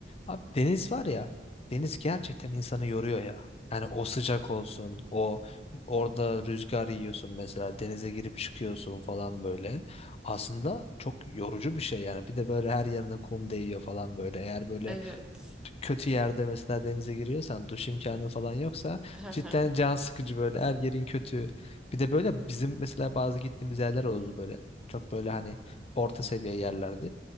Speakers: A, on the left (about 35°); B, in the centre.
A: Abi deniz var ya deniz gerçekten insanı yoruyor ya. Yani o sıcak olsun, o orada rüzgar yiyorsun mesela denize girip çıkıyorsun falan böyle. Aslında çok yorucu bir şey yani. Bir de böyle her yerine kum değiyor falan böyle. Eğer böyle
B: Evet.
A: kötü yerde mesela denize giriyorsan duş imkanı falan yoksa
B: Hı
A: cidden
B: hı.
A: can sıkıcı böyle her yerin kötü. Bir de böyle bizim mesela bazı gittiğimiz yerler oldu böyle. Çok böyle hani orta seviye yerlerdi.